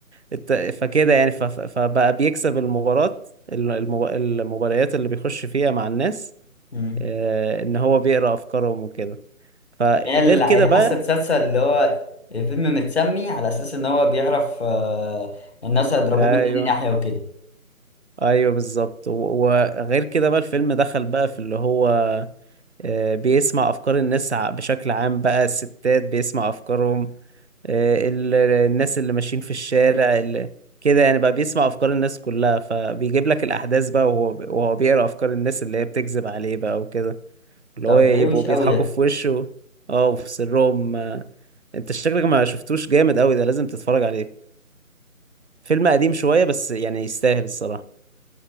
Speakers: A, on the right (about 50°); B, on the left (about 45°).
A: الت- فكده يعني ف... ف- فبقى بيكسب المباراة الم- المب... المباريات اللي بيخش فيها مع الناس
B: مم.
A: آه، ان هو بيقرأ افكارهم وكده فغير
B: اللي هي ال-
A: كده
B: الحاسة
A: بقى
B: السادسة اللي هو الفيلم متسمي على أساس إن هو بيعرف آه، الناس هيضربوه
A: ايوه
B: من أي ناحية وكده
A: ايوه بالظبط و- وغير كده بقى الفيلم دخل بقى في اللي هو آه، بيسمع افكار الناس ع- بشكل عام بقى الستات بيسمع افكارهم آه، ال- الناس اللي ماشيين في الشارع اللي كده يعني بقى بيسمع افكار الناس كلها فبيجيب لك الاحداث بقى وهو وهو بيقرا افكار الناس اللي هي بتكذب عليه بقى وكده اللي
B: طب
A: هو يبقوا
B: ده روش
A: بيضحكوا
B: قوي ده
A: في وشه اه وفي سرهم آه. انت شكلك ما شفتوش جامد قوي ده لازم تتفرج عليه فيلم قديم شوية بس يعني يستاهل الصراحة